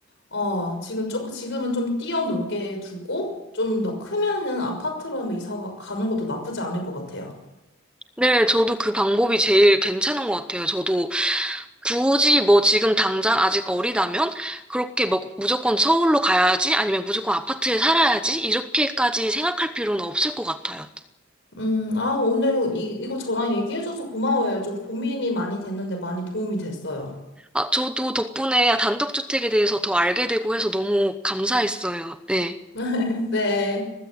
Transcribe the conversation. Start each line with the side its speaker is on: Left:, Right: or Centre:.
Left: 어, 지금 조금, 지금은 좀 뛰어놀게 두고, 좀 더 크면은 아파트로 한번 이사 가- 가는 것도 나쁘지 않을 것 같아요.
Centre: 네, 저도 그 방법이 제일 괜찮은 것 같아요. 저도 굳이 뭐 지금 당장 아직 어리다면 그렇게 뭐 무조건 서울로 가야지 아니면 무조건 아파트에 살아야지 이렇게까지 생각할 필요는 없을 것 같아요.
Left: 음, 아, 오늘 이, 이거 저랑 얘기해줘서 고마워요. 좀 고민이 많이 됐는데 많이 도움이 됐어요.
Centre: 아, 저도 덕분에 단독주택에 대해서 더 알게 되고 해서 너무 감사했어요. 네.
Left: <laughs> 네.